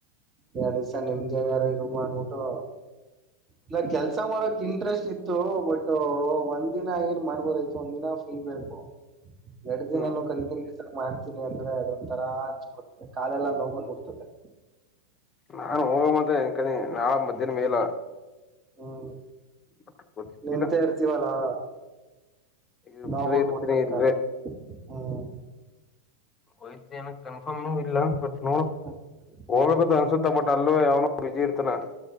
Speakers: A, on the right; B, on the left.
A: ಎರಡು ದಿವಸ ನಿಮ್ದಾಗಾರ ಇರು ಅಂಗ್ಬಟ್ಟು ಇ ಕೆಲ್ಸ ಮಾಡೋಕ್ ಇಂಟ್ರೆಸ್ಟ್ ಇತ್ತು ಬಟ್ ಒಂದಿನ ಮಾಡ್ಬೋದಯ್ತು ಒಂದ ದಿನ ಫ್ರೀ ಬೇಕು ಎಡ್ ದಿನ
B: ಹ್ಮ್
A: ಕ ಮಾಡ್ತೀನಿ ಅಂದ್ರೆ ಅದೊಂತರಾ ಅನ್ಸ್ಬಿಡ್ತದೆ ಕಾಲೆಲ್ಲಾ ನೋವ ಬಂದ ಬಿಡ್ತಾದೇ
B: ನಾನು ಹೋಗ ಮಂತನ್ಕ ನಾಳ ಮಧ್ಯಾಹನ ಮೇಲ
A: ಹ್ಮ್
B: ಬಟ್ ಗೊತ್ತಿಲ್ಲ
A: ನಿಂತೆ ಇರ್ತೀವಲ್ಲಾ
B: ಇದ್ರೆ
A: ನಾವಗಳ
B: ಇರ್ತೀನಿ
A: <unintelligible>
B: ಇಲ್ವೇ
A: ಕ ಹ್ಮ್
B: ವಯ್ತನ್ ಏನ ಕನ್ಫರ್ಮ ಇಲ್ಲ ಬಟ್ ನೋಡ್
A: ಹ್ಮ್
B: ಹೋಗ್ಬೇಕಂತ
A: ಹ್ಮ್
B: ಅನ್ಸುತ್ತ ಬಟ ಅಲ್ಲೋ ಯಾವನ. ಬಿಜಿ ಇರ್ತನ.